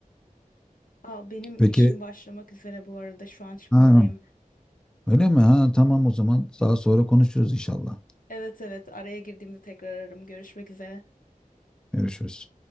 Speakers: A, on the left; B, in the centre.
A: Aa, benim
B: Peki
A: işim başlamak üzere bu arada şu an çıkmalıyım.
B: ha, öyle mi? Ha, tamam o zaman. Daha sonra konuşuruz inşallah.
A: Evet evet araya girdiğimde tekrar ararım. Görüşmek üzere.
B: Görüşürüz.